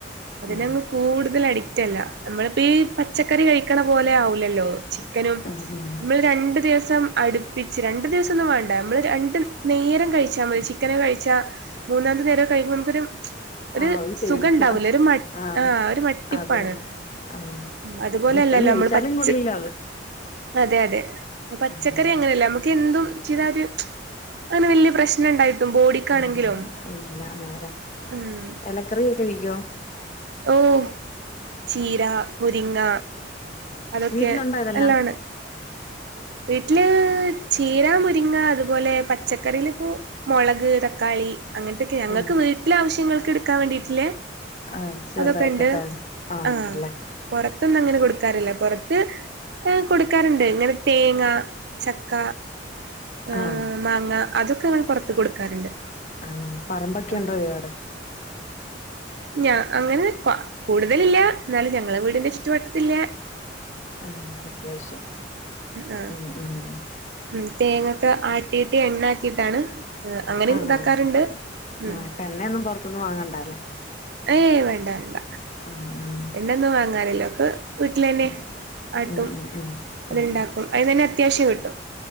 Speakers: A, on the right (about 65°); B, on the left (about 40°).
A: അതിനങ്ങ്
B: ആ ആ
A: കൂടുതൽ അഡിക്റ്റ് അല്ല നമ്മളിപ്പീ പച്ചക്ക ക്കറി കഴിക്ക്ണ പോലെ ആവുലല്ലോ ചിക്കനും
B: ഉം ഉം
A: മ്മള് രണ്ട് ദിവസം സം അടുപ്പിച്ച് രണ്ട് ദിവസം ഒന്നും വാണ്ട നമ്മള് രണ്ട് നേരം കഴിച്ചാ മതി ചിക്കന് കഴിച്ചാ മൂന്നാമത്തെ നേരം കഴിക്കു നമുക്കൊരു ഒര്
B: ആ ഒരു ചേടിക്ക
A: സുഖണ്ടാവുല ഒര് മ
B: ആ
A: ആഹ് ഒരു മട്ടിപ്പാണ്.
B: അതന്നെ ആ
A: ഉം അതുപോലെല്ലല്ലോ
B: പിന്നെ എപ്പഴും കഴിച്ചാലും
A: നമ്മള് പച്ച്
B: കൊള്ളില്ല അത്
A: അതെ അതെ പച്ചക്കറി
B: ഉം
A: അങ്ങനെയല്ല നമുക്ക് എന്തും ചെയ്താ ഒര് അങ്ങനെ വല്യ പ്രശ് നണ്ടായിട്ടും ബോഡിക്കാണെങ്കിലും
B: ആ ഇല്ല നേരാ
A: ഉം
B: എലക്കറിയക്കെ കഴിക്കോ?
A: ഓഹ് ചീര, മുരിങ്ങ അതൊക്കെ
B: വീട്ടിലുണ്ടോ ഇതെല്ലാം
A: നല്ലാണ് വീട്ടില് ചീര മുരിങ്ങ അതുപോലെ പച്ചക്കറീ ഇപ്പോ മൊളക് തക്കാളി അങ്ങനത്തൊക്കെ ഞങ്ങക്ക്
B: ഉം
A: വീട്ടിലെ ആവശ്യങ്ങൾക്ക് ഇടുക്കാൻ വേണ്ടിട്ടില്ല
B: ആ ചെറുതായിട്ടൊക്കെ
A: അതൊക്കെ ഇണ്ട്
B: ആ
A: ആഹ്
B: ഉണ്ടല്ലേ
A: പൊറത്തൊന്നും അങ്ങനെ കൊടുക്കാറില്ല പൊ റത്ത് എഹ് കൊടുക്കാറുണ്ട് ഇങ്ങനെ തേങ്ങ ചക്ക എഹ്
B: ആ ആ
A: മാങ്ങ അതൊക്കെങ്ങള് പൊറത്ത് കൊടുക്കാറുണ്ട്
B: ആണോ പറമ്പൊക്കെ
A: ആഹ്
B: ഉണ്ടോ ഒരുപാട്
A: ഞാ അങ്ങനെ ക്വാ കൂടുതലില്ല എന്നാലും ഞങ്ങളെ വീടിന്റെ ചുറ്റുവട്ടത്തുള്ള
B: ആഹ് അത്യാവശ്യം
A: ആഹ്
B: ഉം ഉം
A: ഉം തേങ്ങൊക്കെ ആട്ടിയിട്ട് എണ്ണാക്കിട്ടാണ് ആഹ് അങ്ങനീം
B: ആണോ
A: ഇതാക്കാറുണ്ട് ഉം
B: ആ ഇപ്പൊ എണ്ണയൊന്നും പുറത്തൊന്നും വാങ്ങണ്ടല്ലേ
A: ഏയ് വേണ്ട വേണ്ട
B: ആഹ് ആഹ്
A: എണ്ണ്യാന്നും വാങ്ങാറില്ല ഒക്കെ വീട്ടിലന്നെ
B: ഉം
A: ആട്ടും
B: ഉം ഉം
A: അത്ണ്ടാക്കും
B: ഉം
A: അതിനെന്നെ അത്യാവശ്യം കിട്ടും